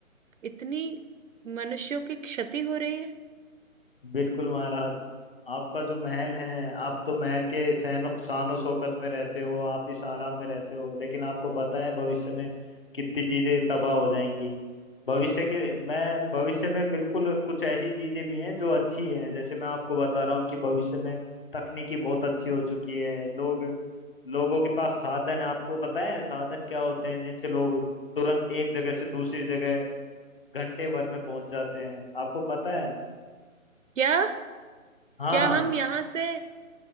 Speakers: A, on the right; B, on the left.
A: इतनी मनुष्यों की क्षति हो रही है
B: बिल्कुल महाराज आपका जो महल है आप तो महल के सैनो शानो शौकत में रहते हो आप इस आराम में रहते हो लेकिन आपको पता है भविष्य में कितनी चीजें तबाह हो जाएंगी भविष्य के मैं भविष्य में बिल्कुल कुछ ऐसी चीजें भी हैं जो अच्छी हैं जैसे मैं आपको बता रहा हूँ कि भविष्य में तकनीकी बहुत अच्छी हो चुकी है लोग लोगों के पास साधन है आपको पता है साधन क्या होते हैं जिनसे लोग तुरंत एक जगह से दूसरी जगह घंटे भर में पहुंच जाते हैं आपको पता है
A: क्या
B: हाँ
A: क्या हम यहाँ से